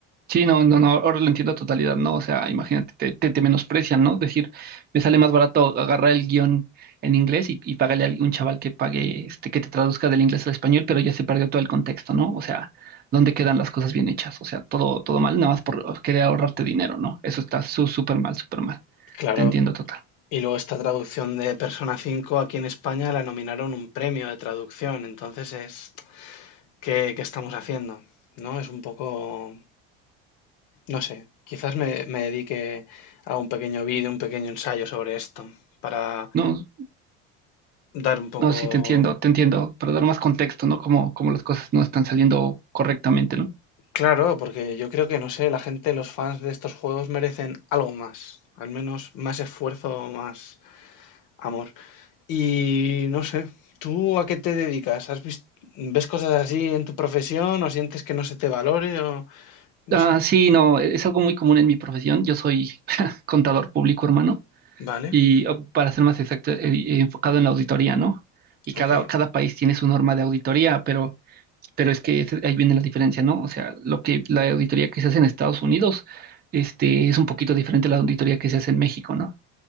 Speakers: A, on the right; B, on the left.
A: Sí, no, no, no, ahora lo entiendo a totalidad, ¿no? O sea, imagínate, te, te, te menosprecian, ¿no? Decir, me sale más barato agarrar el guión en inglés y, y pagarle a un chaval que pague, este, que te traduzca del inglés al español, pero ya se perdió todo el contexto, ¿no? O sea, ¿dónde quedan las cosas bien hechas? O sea, todo, todo mal, nada más por oh, querer ahorrarte dinero, ¿no? Eso está su- súper mal, súper mal.
B: Claro,
A: Te entiendo total.
B: Y luego esta traducción de Persona 5 aquí en España la nominaron un premio de traducción, entonces es, ¿qué, qué estamos haciendo? ¿No? Es un poco, no sé, quizás me, me dedique a un pequeño vídeo, un pequeño ensayo sobre esto, para
A: No,
B: dar un poco,
A: no, sí, te entiendo, te entiendo, para dar más contexto, ¿no? Como, como las cosas no están saliendo correctamente, ¿no?
B: claro, porque yo creo que, no sé, la gente, los fans de estos juegos merecen algo más, al menos más esfuerzo, más amor. Y no sé, ¿tú a qué te dedicas? ¿Has visto, ves cosas así en tu profesión o sientes que no se te valore o no
A: Ah,
B: sé?
A: sí, no, es algo muy común en mi profesión. Yo soy <laughs> contador público, hermano,
B: Vale,
A: y oh, para ser más exacto, eh, eh, enfocado en la auditoría, ¿no? Y cada,
B: ok,
A: cada país tiene su norma de auditoría, pero, pero es que ese- ahí viene la diferencia, ¿no? O sea, lo que la auditoría que se hace en Estados Unidos, este, es un poquito diferente a la auditoría que se hace en México, ¿no?